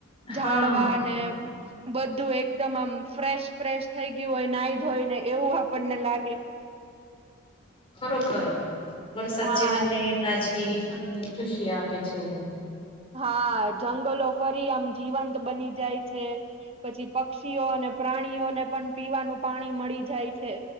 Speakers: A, on the left (about 25°); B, on the right (about 30°).
A: હા
B: ઝાડવા ને બધું એકદમ આમ ફ્રેશ ફ્રેશ થઈ ગ્યુ હોય, નાઈ ધોઈ ને એવું આપણને લાગે
A: ખરોખર વરસાદ
B: હા
A: જીવનને તાજગી ખુશી આપે છે.
B: હા, જંગલો ફરી આમ જીવંત બની જાય છે પછી પક્ષીઓ અને પ્રાણીઓને પણ પીવાનું પાણી મળી જાય છે.